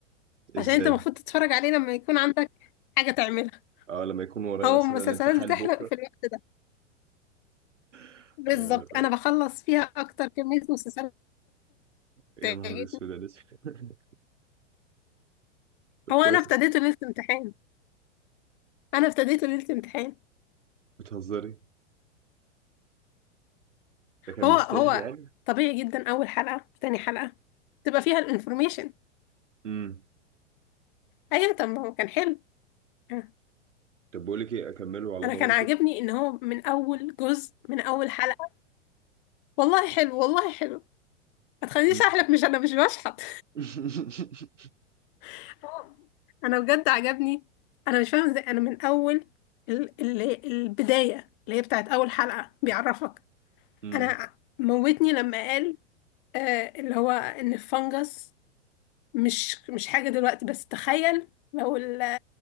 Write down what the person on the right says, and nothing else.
إزاي؟
أه لما يكون ورايا
مثلا
الامتحان
بكرة
<laughs>
أيوه
يا
نهار اسود يا لسه <laughs> طب
كويس
بتهزري ده كان
مستاهل
يعني
امم
طب بقول لك ايه اكمله على
ضمانتك
امم
<laughs>
امم